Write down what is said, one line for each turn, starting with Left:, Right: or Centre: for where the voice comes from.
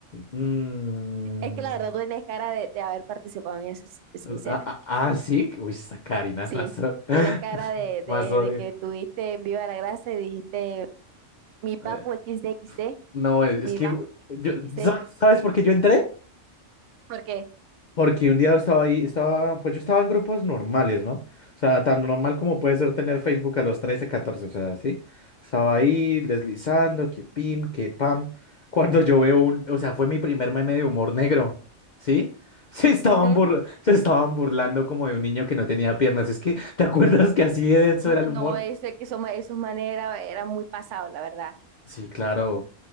Left: Mm,
Right: Es que la verdad tú tienes cara de, de haber participado en eso, si- sincera.
Left: ah, ah, ah, sí, uy, esa Karina
Right: Sí.
Left: es más, o- <laughs>
Right: Tienes cara de, de,
Left: más odio.
Right: de que tuviste en Viva la Grasa y dijiste, mi papu
Left: Eh,
Right: equis de equis de
Left: no, es
Right: Mi
Left: que
Right: mamá,
Left: yo,
Right: sí, sí,
Left: ¿sabes, sabes por qué yo entré?
Right: porque,
Left: Porque un día estaba ahí, estaba, pues yo estaba en grupos normales, ¿no? O sea, tan normal como puede ser tener Facebook a los 13 catorce o sea, sí. Estaba ahí deslizando, que pim, que pam. Cuando yo veo un, o sea, fue mi primer meme de humor negro, ¿sí? <laughs> Se estaban
Right: ujú,
Left: burla- se estaban burlando como de un niño que no tenía piernas. Es que, ¿te acuerdas que así de denso
Right: Uy,
Left: era el humor?
Right: no, eso es que eso, esos manes era, muy pasado, la verdad.
Left: Sí, claro.